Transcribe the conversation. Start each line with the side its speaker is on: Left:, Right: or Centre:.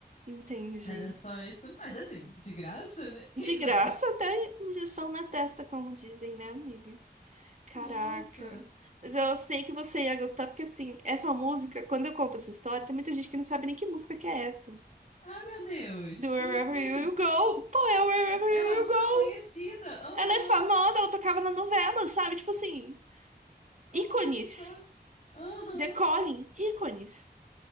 Right: Entendi.
Left: Era só isso. Mas assim, de graça, né? Quem
Right: De graça,
Left: não?
Right: até injeção na testa, como dizem, né, amiga? Caraca.
Left: Nossa.
Right: Mas eu sei que você ia gostar, porque assim, essa música, quando eu conto essa história, tem muita gente que não sabe nem que música que é essa.
Left: Ah, meu Deus.
Right: Do
Left: Como
Right: Wherever
Left: assim?
Right: You Go. Pô, é Wherever
Left: É
Right: You
Left: uma música
Right: Go.
Left: conhecida. Aham.
Right: Ela é famosa, ela tocava na novela, sabe? Tipo assim,
Left: Como
Right: ícones.
Left: que não sabe? Aham.
Right: Decolhem, ícones.